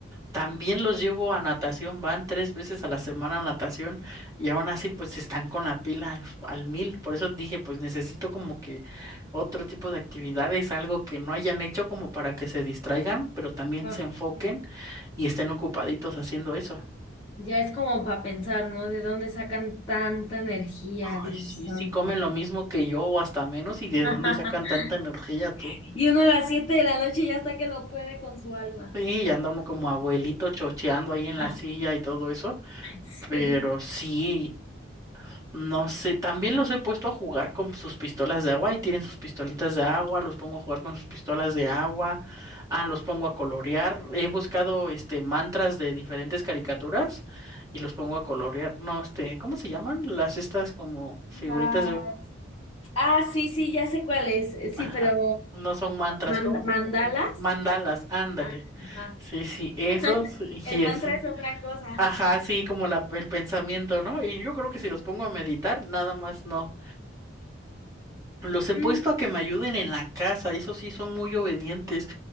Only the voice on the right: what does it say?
También los llevo a natación, van tres veces a la semana a natación y aún así pues están con la pila al, al mil. Por eso dije pues necesito como que otro tipo de actividades, algo que no hayan hecho como para que se distraigan, pero también
se enfoquen
y estén ocupaditos haciendo eso.
Ay, sí,
sí comen lo mismo que yo o hasta menos y de
dónde sacan tanta energía tú.
Sí, y anda uno como abuelito chocheando ahí en
la silla y todo eso.
Pero sí. No sé, también los he puesto a jugar con sus pistolas de agua y tienen sus pistolitas de agua, los pongo a jugar con sus pistolas de agua, ah, los pongo a colorear, he buscado este mantras de diferentes caricaturas y los pongo a colorear. No, este, ¿cómo se llaman? Las estas como figuritas
de
ajá,
no son mantras,
¿cómo?
Uh, Mandalas, ándale.
Sí, sí, esos
y
eso.
Ajá, sí, como la, el pensamiento, ¿no? Y yo creo que si los pongo a meditar, nada más no. Los he
puesto a que me ayuden en la casa, eso sí son muy obedientes.